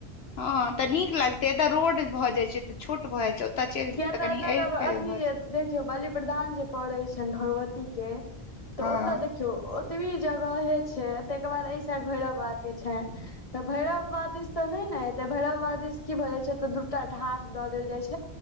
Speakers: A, on the left; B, on the left.
A: हँ तऽ नीक लगते एतऽ रोड भऽ जाइ छै, तऽ छूट भए जाय छै ओतय चलि
B: किया
A: जेतय तऽ कनी
B: एतय
A: आल
B: अथी
A: फैल भए
B: जे
A: जाय
B: देखियौ बलि प्र्रदान जे पड़े छनि भगवती के तऽ
A: हँ
B: ओतय देखिय देखियौ ओतबी जगहे छै ताहिके बाद एहि साइड भैरव बा के छैन तऽ भैरव वादी से ते नहि ने एते भैरव वादी से की भ जाय छै तऽ दूटा ढाट द देल जाय छै